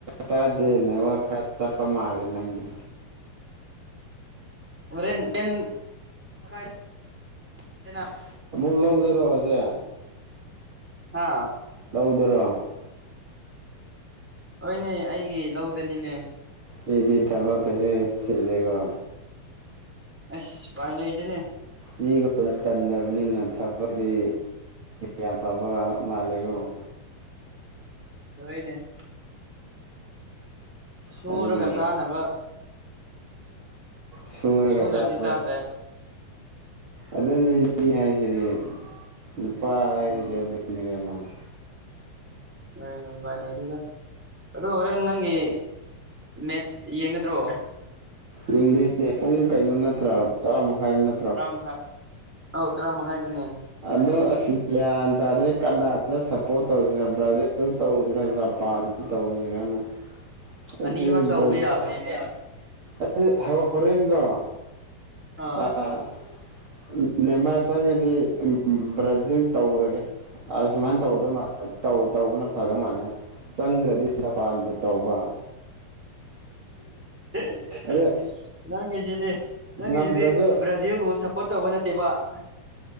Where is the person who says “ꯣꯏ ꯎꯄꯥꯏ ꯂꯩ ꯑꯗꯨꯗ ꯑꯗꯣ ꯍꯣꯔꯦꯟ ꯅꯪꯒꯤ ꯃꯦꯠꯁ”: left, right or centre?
Centre